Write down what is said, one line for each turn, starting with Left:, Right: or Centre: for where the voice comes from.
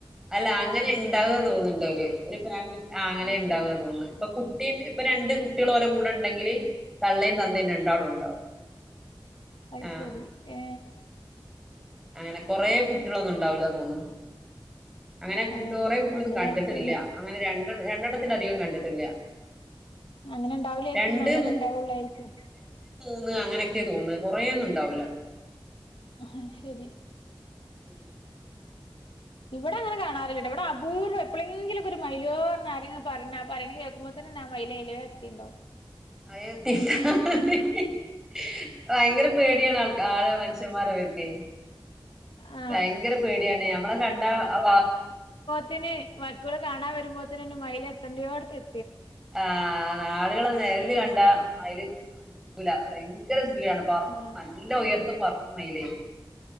Centre: അല്ല അങ്ങനെ ഉണ്ടാവുകന്ന് തോന്നുന്നുണ്ടല് ഒരു ഫാമിലി ആ അങ്ങനെ
Left: അത്
Centre: ഉണ്ടാവുക
Left: ശരി
Centre: തോന്നുന്നു ഇപ്പൊ കുട്ടി ഇപ്പൊ രണ്ട് കുട്ടികൾ പോലെ കൂടെ ഉണ്ടെങ്കില് തള്ളേം തദ്ദേ രണ്ടാളും ഉണ്ടാവും
Left: അയ്
Centre: ആ
Left: ശരി ഏ
Centre: അങ്ങനെ കൊറെ കുട്ടികളൊന്നു ണ്ടാവൂല തോന്നുന്ന് അങ്ങനെ കുട്
Left: ആഹ്
Centre: കൊറെ കുട്ട്യാളൊന്നും
Left: അങ്ങനെ
Centre: കണ്ടിട്ടില്ല
Left: ആയിരിക്കുംന്ന്
Centre: അങ്ങനെ രണ്ട് രണ്ടണ്ണത്തിലധികം കണ്ടിട്ടില്ല
Left: അങ്ങനെ ഇണ്ടാവൂലേരിക്കും
Centre: രണ്ട്
Left: ന്ന അങ്ങനെ ഇണ്ടാവുള്ളേരിക്കും
Centre: ന്ന് അങ്ങനെയൊക്കെ തോന്നന്ന് കൊറെേയൊന്നും ഇണ്ടാവൂല
Left: ആ ശെരി
Centre: ഉം
Left: ഇവിടെ അങ്ങനെ കാണാറിട്ടോ ഇവിടെ അപൂർവം എപ്പോഴെങ്കിലും ഒരു മൈലോന്ന് ആരെങ്കിലുപറഞ്ഞ പറയ കേൾക്കുമ്പോ തന്നെ മൈലയില എത്തിണ്ടാവു
Centre: അയത്തില്ല ഹ് ഹ് ഹ് ഹ് ഭയങ്കര പേടിയാണ് ആൾ ആളെ മനുഷ്യന്മാരെ ഓല്ക്കെ
Left: ആ
Centre: ഭയങ്കര പേടിയാണ് ഞമ്മളെ കണ്ട അ
Left: ത്തിന് മക്കൾ കാണാൻ വരുമ്പോത്ത്നെന്നെ മയിൽ എത്തൻഡിയോട്ത്ത് എ
Centre: ആ ആളാളെ നെയല് കണ്ട
Left: ഉം.
Centre: മയില് ക്കൂല ഭയങ്കര സ് <unintelligible>
Left: ആ
Centre: നല്ല ഉയർത്ത് പറക്കുമ്മയിലേ